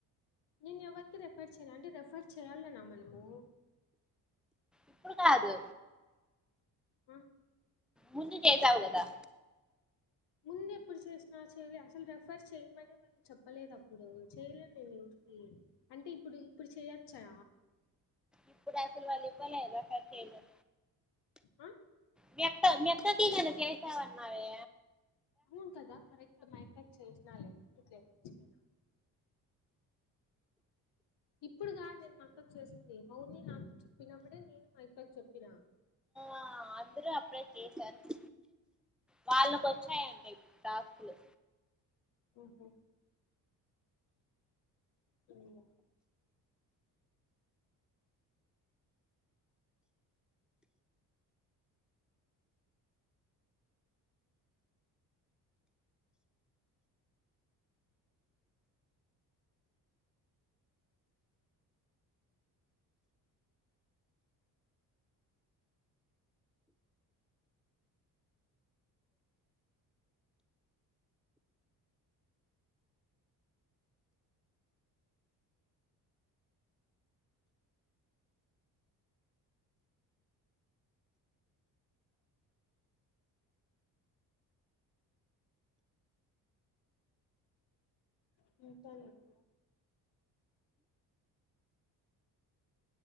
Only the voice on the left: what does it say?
నేను ఎవరికి రెఫర్ చేయను అంటే రెఫర్ చేయాలనా మనము
ఆ
ముందు ఎప్పుడు చేసినా చేయలే అసలు రెఫర్ చేయమనే వాళ్ళు చెప్పలేదు అప్పుడు చెయలే నేనెవరికి, అంటే ఇప్పుడు ఇప్పుడు చేయొచ్చా.
ఆ
అవును కదా కరెక్ట్ మాయక్కకు చేసినాల్లే గుర్తుకులేదు మర్చిపోయిన ఇప్పుడు కాదు నేను మా అక్కకు చేసింది మౌని నాకు చెప్పినప్పుడే నేను మాయక్కకి చెప్పినా
ఓహో వునులే నీకాన్నుందా